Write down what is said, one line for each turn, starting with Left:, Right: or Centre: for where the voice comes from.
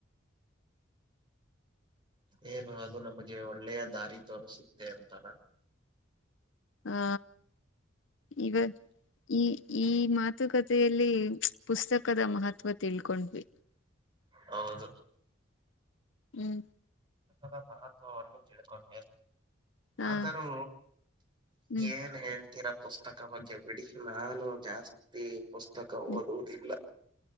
Right: ಏನು ಅದು ನಮ್ಗೆ ಒಳ್ಳೆಯ ದಾರಿ ತೋ ಸಿುತ್ತೆ ಅಂತಾರ
Left: ಹಾ ಈವ ಈ ಈ ಮಾತುಕತೆ ಪುಸ್ತಕದ ಮಹತ್ವ ತಿಳ್ಕೊಂಡ್ವಿ
Right: ಹೌದು
Left: ಹ್ಮ್
Right: ದ ಮಹತ್ವವನ್ನುೂ ತಿಳ್ಕೊಂಡೆ
Left: ಹಾ
Right: ಆದರೂ
Left: ಹ್ಮ್
Right: ಏನ್ ಹೇಳ್ತೀರಪ್ಪ ಪುಸ್ತಕ ಬಗ್ಗೆ ಬಿಡಿ ನಾನು ಜಾಸ್ತಿ ಪುಸ್ತಕ
Left: ಹ್ಮ್
Right: ಓದುವುದಿಲ್ಲ